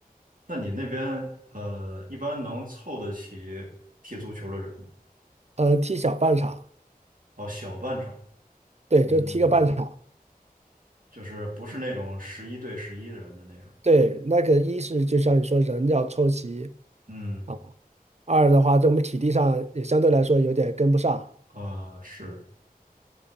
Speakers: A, on the right (about 60°); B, on the right (about 45°).
A: 那你那边呃，一般能凑得起踢足球的人吗？
B: <laughs> 呃，踢小半场，
A: 哦，小半场，
B: 对，
A: 嗯，
B: 就踢个半场。
A: 就是不是那种十一对十一的人的那种，
B: 对，那个一是就像你说，人要凑齐，
A: 嗯
B: 啊，二的话，在我们体力上也相对来说有点跟不上。
A: 啊、是，